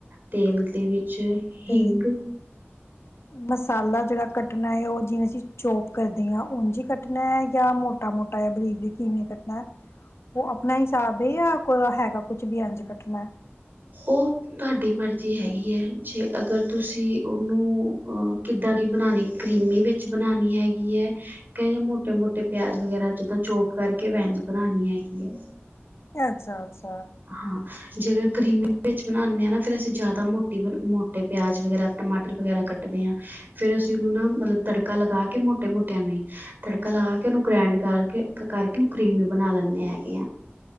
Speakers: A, on the right; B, on the left.
A: ਤੇਲ ਦੇ ਵਿੱਚ ਵਿੱਚ
B: ਤੇ
A: ਹਿੰਗ
B: ਮਸਾਲਾ ਜਿਹੜਾ ਕੱਟਣਾ ਹੈ ਉਹ ਜਿਵੇਂ ਅਸੀਂ ਚੋਪ ਕਰਦੇ ਹਾਂ ਉੰਝ ਕੱਟਣਾ ਹੈ ਜਾਂ ਮੋਟਾ-ਮੋਟਾ ਜ ਬਰੀਕ-ਬਰੀਕ ਕਿਵੇਂ ਕੱਟਣਾ? ਉਹ ਆਪਣਾ ਹਿਸਾਬ ਹੈ ਜਾਂ ਕੇ ਹੈਗਾ ਕੁਛ ਵੀ ਇੰਜ ਕੱਟਣਾ ਹੈ।
A: ਉਹ ਤੁਹਾਡੀ ਮਰਜ਼ੀ ਹੈਗੀ ਹੈ, ਜੇ ਅਗਰ ਤੁਸੀਂ ਉਹਨੂੰ ਅਹ ਕਿੱਦਾਂ ਦੀ ਬਣਾਉਣੀ ਕਰੀਮੀ ਵਿੱਚ ਬਣਾਉਣੀ ਹੈਗੀ ਹੈ ਮੋਟੇ-ਮੋਟੇ ਪਿਆਜ ਵਗੈਰਾ ਜਿੱਦਾਂ ਚੋਪ ਕਰਕੇ ਏਹਜ ਬਣਾਉਣੀ ਹੈਗੀ ਹੈ।
B: ਅੱਛਾ-ਅੱਛਾ।
A: ਹਾਂ। ਜੇਹੜੇ ਕਰੀਮੀ ਵਿੱਚ ਬਣਾਉਦੇ ਹਾਂਨਾ ਫਿਰ ਅਸੀਂ ਜ਼ਿਆਦਾ ਮੋਟੇ- ਮੋਟੇ ਪਿਆਜ ਵਗੈਰਾ, ਟਮਾਟਰ ਵਗੈਰਾ ਕੱਟਦੇ ਹਾਂ ਫ਼ਿਰ ਅਸੀਂ ਉਹਨੂੰ ਨਾ ਮਤਲਬ ਤੜਕਾ ਲਗਾ ਕੇ ਮੋਟੇ -ਮੋਟਿਆਂ ਨੂੰ ਹੀ ਤੜਕਾ ਲਗਾ ਕੇ ਉਹਨੂੰ ਗ੍ਰੈਂਡ ਕਰਕੇ -ਕਰਕੇ ਉਹਨੂੰ ਕਰੀਮੀ ਬਣਾ ਲੈਂਦੇ ਹੈਗੇ ਆ।